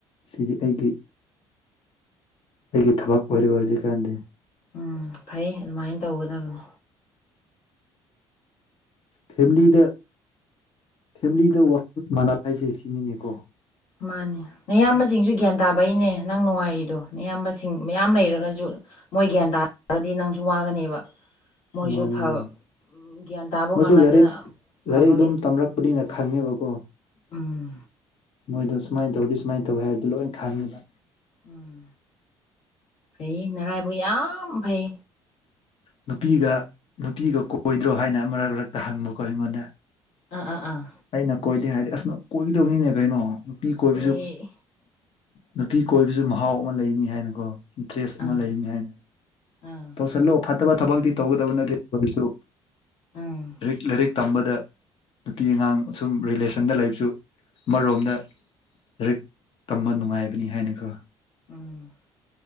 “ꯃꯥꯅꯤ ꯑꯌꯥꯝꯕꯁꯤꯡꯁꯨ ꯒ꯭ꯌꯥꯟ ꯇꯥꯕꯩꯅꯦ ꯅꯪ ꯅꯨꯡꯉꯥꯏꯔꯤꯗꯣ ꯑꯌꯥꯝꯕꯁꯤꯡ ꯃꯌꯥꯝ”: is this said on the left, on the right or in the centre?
Left